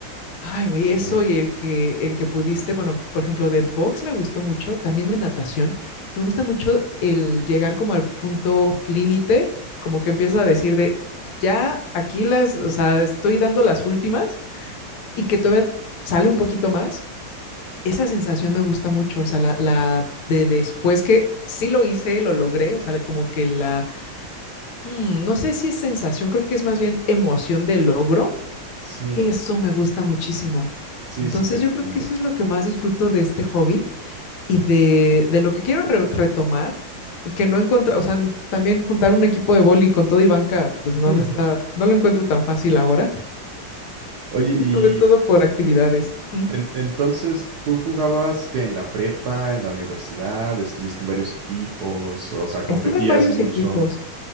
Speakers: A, on the left (about 70°); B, on the right (about 70°).
A: Ay, güey,
B: Sí.
A: eso y el que, el que pudiste, bueno, por ejemplo, de box me gustó mucho, también de natación, me gusta mucho el llegar como al punto límite, como que empiezas a decir de, ya aquí las, o sea, estoy dando las últimas y que todavía sale un poquito más esa sensación me gusta mucho, o sea, la,
B: Ay,
A: la
B: sí.
A: de después que sí lo hice, lo logré, o sea, como que la, mm, no sé si es sensación, creo que es más bien emoción de logro,
B: Sí,
A: eso me gusta muchísimo.
B: sí,
A: Entonces
B: sí te entiendo.
A: yo creo que eso es lo que más disfruto de este hobby y de, de lo que quiero re- retomar, que no encontrar, o sea, n- también juntar un equipo de boli con todo y banca,
B: <laughs>
A: pues no,
B: Mm.
A: no está, no lo encuentro tan fácil ahora,
B: Oye, y
A: <laughs> sobre todo por actividades. Mm.
B: en- entonces, ¿tú jugabas que en la prepa, en la universidad, estuviste en varios equipos, o sea, competías
A: Estuve en varios
B: mucho?
A: equipos.